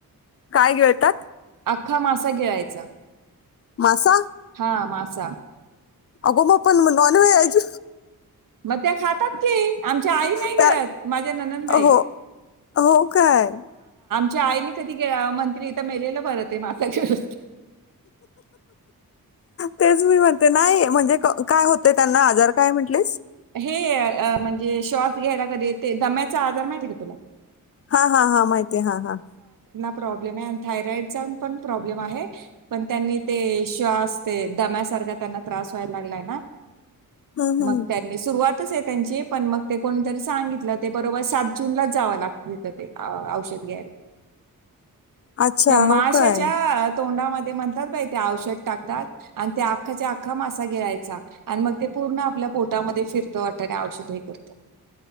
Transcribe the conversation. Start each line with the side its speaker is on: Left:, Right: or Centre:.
Left: काय गिळतात.
Right: आख्खा मासा गीळायचा.
Left: मासा.
Right: हा मासा.
Left: अगो मग पण नॉन व्हेज.
Right: मग त्या खातात की आमच्या आई नाही
Left: त्या
Right: गीळत माझ्या ननणंद बाई.
Left: हो हो काय.
Right: च्या आईने कधी गीळ म्हणतील हित मेलेलं बरं ते मासा गीळ
Left: तेच मी म्हणते नाही म्हणजे काय होत ते त्यांना आजार काय म्हंटलिस.
Right: हे अ म्हणजे श्वास घ्यायला कधी ते दम्याचा आजार माहितीय का तुला.
Left: हा हा हा माहिती आहे हा हा.
Right: प्रब्लेम आहे थायरॉइड चा पण प्रॉब्लेम आहे पण त्यांनी ते श्वास तेन ते दम्यासारखा त्यांना त्रास व्हायला लागलाय ना.
Left: हम् हम्.
Right: मग त्यांनी सुरुवातच आहे त्यांची पण मग ते कोणीतरी सांगित ल ते बरोबर सात जूनलाच जावं लागत तथ ते औषध घ्यायला.
Left: अच्छा
Right: त्या माशाच्या
Left: हो काय
Right: तोंडा मध्ये म्हणतात बाई ते औषध टाकतात, आणि ते आखा च्या आखा मासा गीळायचा आणि मग ते पूर्ण आपल्या मध्ये फिरतो वाट औषध हे करतो.